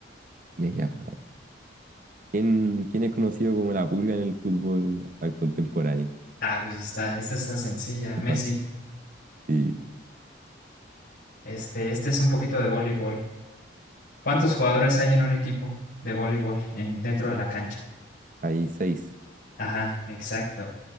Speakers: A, on the right; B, on the left.
A: ya, ya. ¿Quién, quién es conocido como la pulga en el fútbol al- contemporáneo?
B: Ah, pues está, esta está sencilla,
A: Está
B: Messi.
A: fácil. Sí,
B: Este, este es un poquito de voleibol. ¿Cuántos jugadores hay en un equipo de voleibol en- dentro de la cancha?
A: hay seis.
B: Ajá, exacto.